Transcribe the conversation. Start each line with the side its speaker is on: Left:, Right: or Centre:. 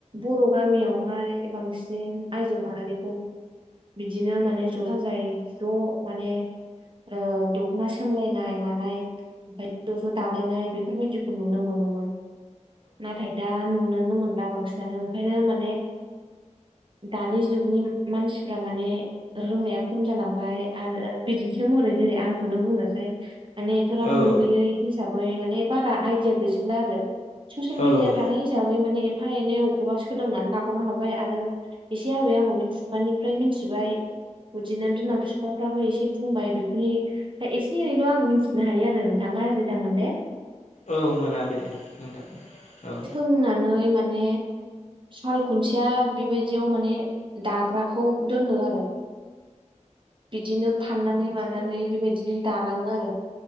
Right: बर' गामियावहाय बांसिन आयजो माहारिखौ बिदिनो माने ज' जा जाय ज' माने ओ दखना सोमलायनाय मानाय ओमफाय ज' ज' दालायनाय बेफोरबायदिखौ नुनो मोनोमोन नाथाय दा नु नुुननो मोनदा बांसिनानो ओंखायनो माने दानि जुगनि मानसिफ्रा माने रोंनाया खम जालांबाय आरो बिदिन्थि महरै जेरै आंखौनो बुंनोसै माने थ'राब
Left: औ
Right: नुबोैयै हिसाबै माने बारा आइदििया गैजोबला आरो ससियेल मिडिया
Left: औ
Right: थानाय हिसाबै माने एफा एनै बबखौबा सोलोंनानै लागावनो हाबाय आरो एसे आबै आबौनि खुगानिफ्राय मिनथिबाय बिदिनो बिमााव बिफाफ्राबो एसे बुंबाय बेफोरनि दा एसे एनैल' आं मिथिनो हायो आरोों थांगा हसै दामोन दे।
Left: औ मोना दे नोंथां औ
Right: नानय माने साल खुन्सेया बेबायदियाव माने दाग्राखौ दोनो आरो बिदिनो फाननानै मानानै बेबायदिनो दालाङो आरो